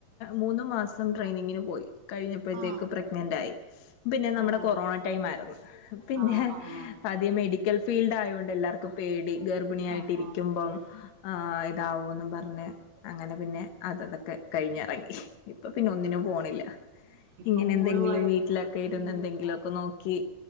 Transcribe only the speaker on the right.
ആ
ആ ആ
ആഹ് ആഹ്
ആഹ്
ഗർഭിണി
ഇപ്പൊ
മോളു
ആയിട്ട്
ശരി
ആഹ്